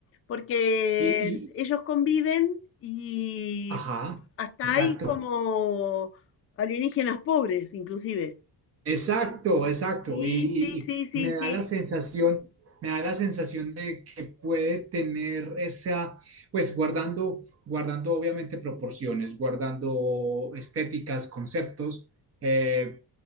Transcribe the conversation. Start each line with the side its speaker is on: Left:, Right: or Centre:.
Left: Porque
Right: Y,
Left: ellos conviven y
Right: Ajá,
Left: hasta
Right: exacto,
Left: hay como alienígenas pobres, inclusive.
Right: exacto, exacto.
Left: Sí,
Right: Y, y-
Left: sí,
Right: y
Left: sí, sí,
Right: me
Left: sí.
Right: da la sensación, me da la sensación de que puede tener esa, pues guardando, guardando obviamente proporciones, guardando estéticas, conceptos, eh,